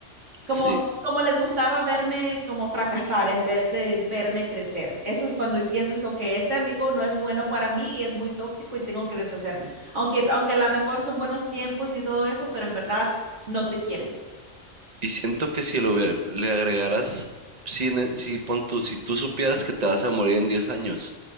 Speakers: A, on the right (about 75°); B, on the right (about 45°).
A: Como,
B: Sí.
A: como les gustaba verme como fracasar en vez de verme crecer. Eso es cuando piensas como que este amigo no es bueno para mí y es muy tóxico y tengo que deshacerme. Aunque, aunque a lo mejor son buenos tiempos y todo eso, pero en verdad no te quieren.
B: Y siento que si lo hubiera- le agregaras, si, ne- si, pon tú, si tú supieras que te vas a morir en 10 años,